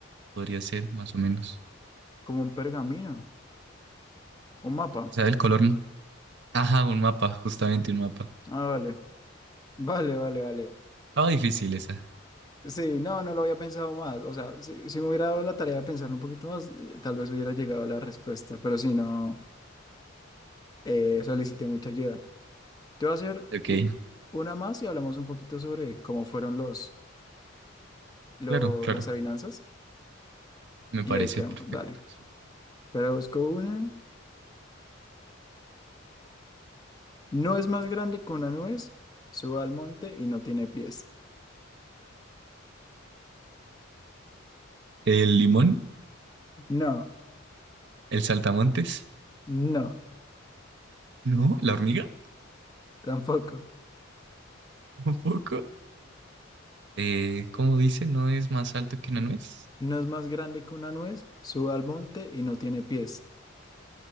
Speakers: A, on the right; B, on the left.
A: podría ser más o menos.
B: como un pergamino, un mapa.
A: O sea, el color. no- Ajá, un mapa, justamente un mapa.
B: Ah, vale. Vale, vale, vale.
A: Estaba difícil esa.
B: Sí, no, no lo había pensado más. O sea, si, si me hubiera dado la tarea de pensarlo un poquito más, eh, tal vez hubiera llegado a la respuesta. Pero si no, eh, solicité mucha ayuda. Te voy a hacer
A: Ok.
B: u- una más y hablamos un poquito sobre cómo fueron los, lo-
A: Claro, claro,
B: las avinanzas.
A: me
B: Y
A: parece
B: ahí quedamos.
A: perfecto.
B: Dale.
A: sí.
B: Pero busco una. No es más grande que una nuez. Sube al monte y no tiene pies.
A: ¿El limón?
B: No,
A: ¿El saltamontes?
B: no,
A: ¿No? ¿La hormiga?
B: <laughs> tampoco.
A: <laughs> Un poco. Eh, ¿cómo dice? ¿No es más alto que una nuez?
B: No es más grande que una nuez. Sube al monte y no tiene pies.